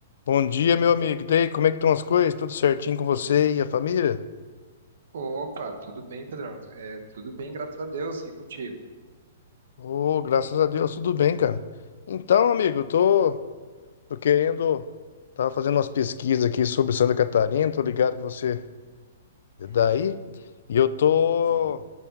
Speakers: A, on the left; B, on the right.
A: Bom dia, meu amigo. E daí, como é que estão as coisas? Tudo certinho com você e a família?
B: Opa, tudo bem, Pedrão? É, tudo bem, graças a Deus, e contigo?
A: Ô, graças a Deus, tudo bem, cara. Então, amigo, eu tô,
B: Bom.
A: tô querendo. Tava fazendo umas pesquisas aqui sobre Santa Catarina, tô ligado que você é
B: <laughs>
A: daí. E eu tô,
B: Sim.